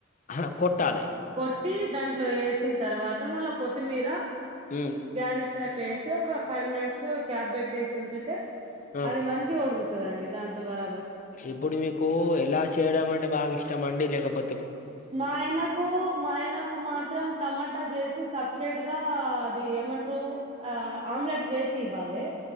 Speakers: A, on the left; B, on the right.
A: ఆ, కొట్టాలి
B: కొట్టి దాంట్లో వేసిన తర్వాత మళ్ళా కొత్తిమీర
A: ఉమ్,
B: గ్యనిష్ టైప్ వేసి ఒక ఫైవ్ మినిట్స్ క్యాబ్ ట్టేసి ఉంచితే
A: ఆ
B: అది మంచిగా ఉడుకుతదండి దాంతో బరాబర్
A: ఇప్పుడు మీకు ఎలా చేయడం అంటే బాగా ఇష్టం అండి లేకపో
B: మా ఆయనకు మా ఆయనకు మాత్రం టమా టా జేసి సపరేట్ గా అది ఏమంటారు ఆ ఆమ్లెట్ వేసి ఇవ్వాలే